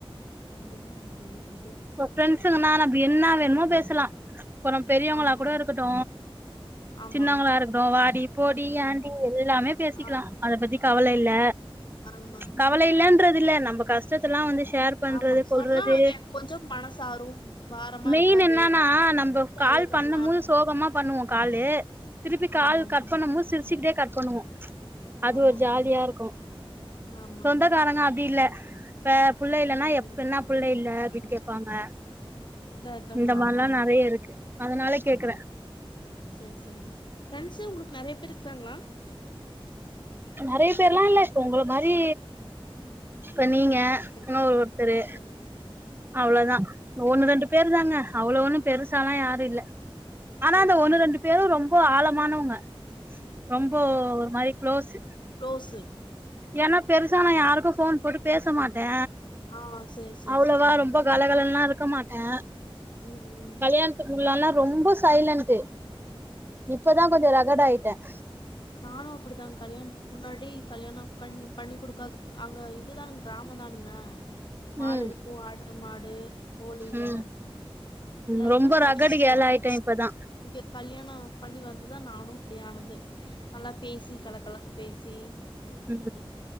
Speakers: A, on the left (about 50°); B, on the right (about 20°).
A: ஃப்ரெண்டுனா ஒரு இது
B: இப்ப ப்ரெண்ட்சுங்கனா நம்ம என்ன வேணுமோ பேசலா இப்ப நம்ம பெரியவங்களா
A: ஆமாங்க.
B: கூட இருக்கட்டு
A: ஆமாங்க.
B: சின்னவங்களா இருக்கட்டு வாடி போடி
A: ம்.
B: ஆண்டி எல்லாமே பேசிக்கலா
A: ஆ
B: அத பத்தி கவல இல்ல
A: ஆமாங்க.
B: கவல இல்லன்றது இல்ல நம்ம கஷ்டத்தயெல்லா வந்து ஷேர் பண்றது
A: ஆமா.
B: கொல்றது
A: சொன்னா எனக்கு கொஞ்சம் மனசாரும் பாரமா
B: மெயினு
A: இருக்காது.
B: என்னனா நம்ம
A: விட்டு
B: கால்
A: அழுதரலாம்.
B: பண்ணும் போது சோகமா பண்ணுவோ காலு திருப்பி கால்
A: ஆமாமாங்க.
B: கட் பண்ணும்போது சிரிச்சிகிட்டே கட் பண்ணுவோ அது
A: ஆமாமாங்க.
B: ஒரு ஜாலியாயிருக்கு
A: ஆமாங்க. ஆமாங்க
B: சொந்தக்காரங்க அப்டி இல்ல இப்ப புள்ள இல்லனா
A: ம்.
B: எப் என்ன புள்ள இல்ல அப்டின்னு கேப்பாங்க
A: அதான் அதாங்க.
B: இந்த
A: ஆமாங்க.
B: மாரிலா நெறையா இருக்கு அதனால கேக்குறே
A: சேரி சேரிங்க ஃப்ரெண்ட்ஸு உங்களுக்கு நெறையா பேரு இருக்கிறாங்களா
B: நெறையா பேர்லா
A: எனக்கு
B: இல்ல உங்கள மாரி
A: ம்
B: இப்ப நீங்க
A: செரி
B: இன்னோ
A: செரி
B: ஒருத்தரு
A: செரிங்
B: அவ்ளோதா ஒன்னு ரெண்டு பேரு தாங்க அவ்வளோ ஒன்னு பெருசாலா யாரு இல்ல ஆனா
A: சரி,
B: அந்த ஒன்னு
A: சரிங்க.
B: ரெண்டு பேரு ரொம்போ ஆழமானவங்க ரொம்ப ஒரு மாரி க்ளோஸு
A: க்லோஸு
B: ஏனா பெருசா நா யாருக்கு ஃபோன் போட்டு பேச மாட்டே
A: ஆ சரி, சரி,
B: அவ்வளவா
A: சரிங்க.
B: ரொம்ப கலகலன்ல்லா இருக்க மாட்டேன்
A: உம் உம்
B: கல்யாணத்துக்குல்லாம்னா ரொம்ப சைலன்ட் இப்பதான் கொஞ்சம் ரகட் ஆயிட்டேன்
A: நானும் அப்படிதான்க்கா கல்யாண்த்கு முன்னாடி கல்யாணோ கண் பண்ணி குடுக்காது அங்க இதுதா கெராமோ தானுங்க மாடு
B: ம்
A: இருக்கூ ஆடு மாடு கோழிக
B: ம் ம்
A: எல்லாயிருக்கு
B: ரொம்ப
A: சைலன்டா
B: ரகடு கேர்ள் ஆயிட்டே இப்பதா
A: இங்க கல்யாணோ பண்ணி வந்துதா நானு இப்டி ஆனது நல்லா பேசி கல கலன் பேசி
B: உம்
A: இப்டி